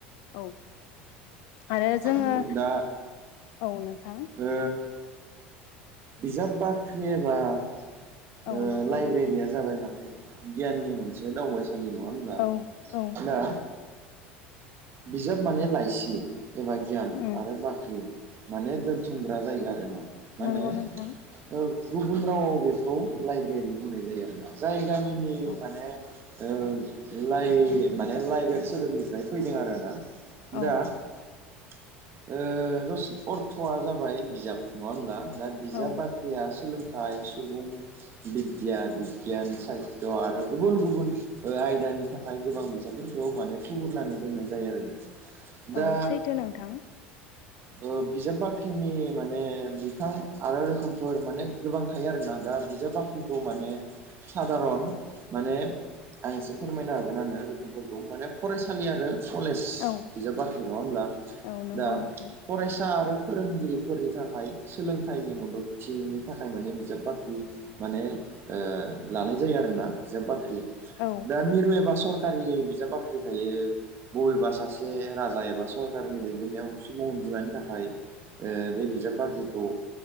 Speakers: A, on the left; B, on the right.
A: औ आरो जोङो
B: नंगौ दा
A: औ नोंथां
B: ओ बिजाब बाख्रि एबा ओ
A: औ नंगौ
B: लाइब्रेरिया
A: नोंथां
B: जाबाय माने गियाननि मोनसे दावबाय <unintelligible> नि नङा होनब्ला?
A: औ औ
B: दा बिजाब माने लायसि एबा गियान
A: उम
B: आरो बाख्रि माने दोनथुमग्रा जायगा आरो ना माने
A: नंगौ नोंथां
B: औ गुबुन रावाव बेखौ लाइब्रेरि बुंनाय जायो आरोना जाय गामिनि
A: औ
B: माने औ लाइ माने लाइ सोदोबनिफ्राय फैदों आरोना दा
A: औ
B: ओ दस अर्थआ जाबाय बिजाब नङा होमब्ला दा बिजाब
A: औ
B: बाख्रिया सोलों थाइ सुबुं बिद्धिया, बिगियान, साहित्य आरो गुबुन गुबुन आयदानि थाखाय गोबां बिजाफोरखौ माने थुबुरनानै दोननाय जायो आरोना। दा
A: औ सैथो नोंथां।
B: ओ बिजाब बाख्रिनि माने बिफां आरो रोखोमफोर माने गोबां थायो आरोना दा बिजाब बाख्रिखौ माने सादारन माने आं एसे फोरमायनो हागोन आरो रोखोमफोरखौ माने फरायसालि आरो कलेज
A: औ
B: बिजाब बाख्रि नङा होनब्ला
A: औ नंगौ
B: दा
A: नोंथां
B: फरायसा आरो फोरोंगिरिफोरनि थाखाय सोलोंथाइनि मददथिनि थाखाय माने बिजाब बाख्रि माने ओ लानाय जायो आरोना बिजाब बाख्रि।
A: औ
B: दा मिरु एबा सर खारि बिजाब बाख्रि थायो। बबेबा सासे राजा एबा सरकारनि दैदेननायाव सुबुं अनजिमानि थाखाय ओ बे बिजाब बाख्रिखौ